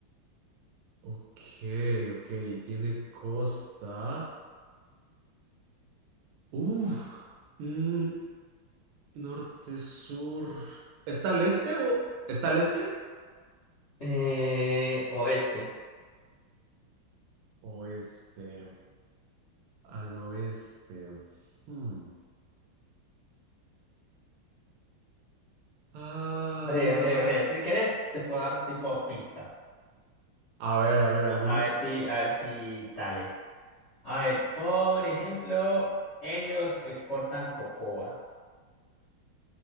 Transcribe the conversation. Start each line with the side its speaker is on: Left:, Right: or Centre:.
Right: Ok, ok. Tiene costa. Uf. mm, norte, sur. ¿Está al este o está al este?
Left: Eh, oeste.
Right: Oeste. Al oeste. Hmm. Ah,
Left: Breve, breve, breve. Si querés, te puedo dar tipo pista.
Right: A ver, a ver, ¿alguna?
Left: A a ver si, a ver si tales. A ver, por ejemplo, ellos exportan cocoa.